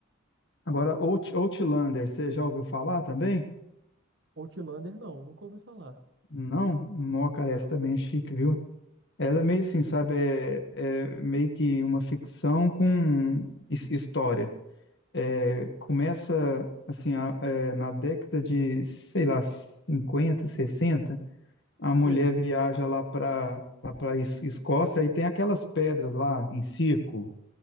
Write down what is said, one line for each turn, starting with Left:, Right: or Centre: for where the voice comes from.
Left: Agora, Out, Outlander, você já ouviu falar também?
Right: Outlander, não, nunca ouvi falar.
Left: Não? Mó, cara,
Right: Não,
Left: essa também é chique, viu? Ela é meio assim, sabe? É, é meio que uma ficção com his- história. É, começa assim a- é, na década de, sei lá, 50 sessenta a mulher
Right: sei,
Left: viaja lá para lá para Escócia e tem aquelas pedras lá em círculo,